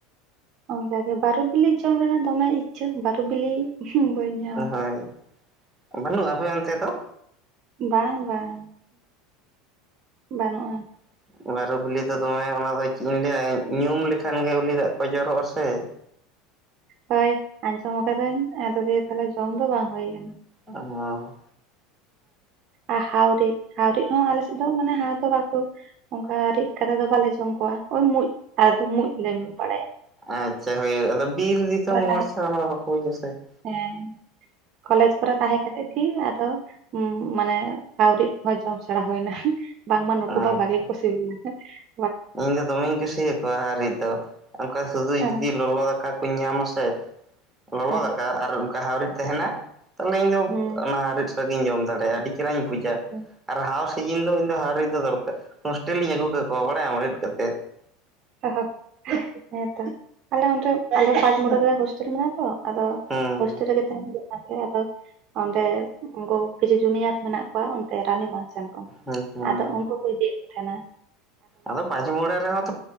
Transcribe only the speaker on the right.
ᱚᱱᱠᱟᱜᱮ ᱵᱟᱨᱩ ᱵᱤᱞᱤ ᱡᱚᱢ ᱨᱮᱱᱟᱜ ᱫᱚᱢᱮ ᱤᱪᱪᱷᱟᱹ, ᱵᱟᱨᱩ ᱵᱤᱞᱤ ᱵᱟᱹᱧ ᱧᱟᱢ ᱟᱠᱟᱫᱟ
ᱵᱟᱝ ᱵᱟᱝ ᱵᱟᱹᱱᱩᱜᱼᱟ᱾
ᱦᱳᱭ ᱟᱸᱡᱚᱢ ᱟᱠᱟᱫᱟᱹᱧ ᱟᱫᱚ ᱫᱤᱭᱮ ᱛᱟᱦᱚᱞᱮ ᱡᱚᱢ ᱫᱚ ᱵᱟᱝ ᱦᱩᱭ ᱟᱠᱟᱱᱟ ᱾
ᱟᱨ ᱦᱟᱣᱨᱤᱫ, ᱦᱟᱣᱨᱤᱫ ᱦᱚᱸ ᱟᱞᱮ ᱥᱮᱫ ᱫᱚ ᱢᱟᱱᱮ ᱦᱟᱣ ᱫᱚ ᱵᱟᱠᱚ ᱚᱱᱠᱟ ᱨᱤᱫ ᱠᱟᱛᱮ ᱫᱚ ᱵᱟᱞᱮ ᱡᱚᱢ ᱠᱚᱣᱟ᱾ ᱳᱭ ᱢᱩᱸᱡ ᱟᱨ ᱫᱚ ᱢᱩᱸᱡ ᱞᱮ ᱵᱟᱲᱟᱭᱟ ᱾
ᱛᱟᱦᱮᱸ
ᱦᱮᱸ ᱠᱚᱞᱮᱡᱽ ᱠᱚᱨᱮ ᱛᱟᱦᱮᱸ ᱠᱟᱛᱮ ᱜᱤ ᱟᱫᱚ ᱦᱩᱸ ᱢᱟᱱᱮ ᱦᱟᱣᱨᱤᱫ ᱠᱚ ᱡᱚᱢ ᱥᱮᱲᱟ ᱦᱩᱭᱱᱟ ᱾ ᱵᱟᱝᱼᱢᱟ ᱱᱩᱠᱩ
ᱦᱚᱸ ᱵᱷᱟᱜᱮ ᱠᱚ ᱥᱤᱵᱤᱞᱟ ᱾
ᱦᱮᱸ
ᱦᱮᱸ
ᱦᱩᱸ
ᱦᱩᱸ
ᱚ ᱦᱮᱸ ᱛᱚ᱾ ᱟᱞᱮ ᱚᱸᱰᱮ ᱟᱞᱮ ᱯᱟᱸᱪ ᱢᱩᱲᱟᱨᱮ ᱦᱳᱥᱴᱮᱞ ᱢᱮᱱᱟᱜᱼᱟ ᱛᱚ ᱟᱫᱚ
ᱦᱳᱥᱴᱮᱞ ᱨᱮᱜᱮ ᱛᱟᱦᱮᱱ ᱦᱩᱭᱩᱜ ᱠᱟᱱ ᱛᱟᱦᱮᱸᱫ᱾ ᱟᱫᱚ ᱚᱸᱰᱮ ᱩᱱᱠᱩ ᱠᱤᱪᱷᱩ ᱡᱩᱱᱤᱭᱟᱨ ᱢᱮᱱᱟᱜ ᱠᱚᱣᱟ ᱚᱱᱛᱮ ᱨᱟᱱᱤᱵᱟᱫᱽ ᱥᱮᱱ ᱠᱚ
ᱟᱫᱚ ᱩᱱᱠᱩ ᱠᱚ ᱤᱫᱤᱭᱮᱫ ᱠᱚ ᱛᱟᱦᱮᱱᱟ ᱾